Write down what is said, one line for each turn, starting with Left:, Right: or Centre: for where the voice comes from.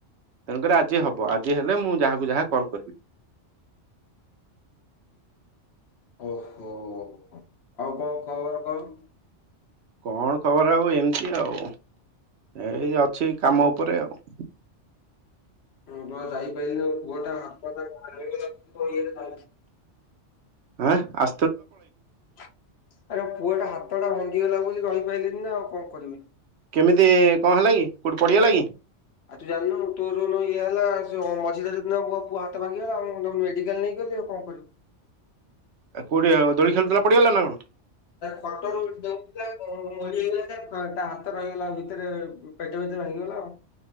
Right: ତେଣୁକରି ଆଜି ହବ ଆଜି ହେଲେ ମୁଁ ଯାହାକୁ ଯାହା କଲ କରିବି।
Left: ଓହୋ ଆଉ କଣ ଖବର କଣ?
Right: କଣ ଖବର ଆଉ ଏମିତି ଆଉ। ଏଇ ଅଛି କାମ ଉପରେ ଆଉ।
Left: ହଁ ତ ଯାଇପାରିଲିନୁ ପୁଅଟା ହାତ
Right: ଆଁ ଆ
Left: ଆରେ ପୁଅ ଟା ହାତ ଟା ଭାଙ୍ଗିଗଲା ବୋଲି ରହିପାରିଲିନି ନା ଆଉ କଣ କରିବି?
Right: କେମିତି କଣ ହେଲା କି କୋଉଠି ପଡିଗଲା କି?
Left: ଆଉ ତୁ ଜାଣିନୁ ତୋ ଯୋଉ ଇଏ ହେଲା ମଝିଦୁ ହାତ ଭାଙ୍ଗିଗଲା ମେଡିକାଲ ନେଇକି ଗଲି। କଣ କରିବି?
Right: କୋଉଠି ଦୋଳି ଖେଳୁଥିଲା ପଡିଗଲା ନା କଣ?
Left: ଖଟରୁ ଡେଉଁଥିଲା ମୋଡିହେଇଗଲା ଯେ ତା ହାତ ରହିଗଲା ଭିତରେ ପେଟ ଭିତରେ ଭାଙ୍ଗିଗଲା ଆଉ।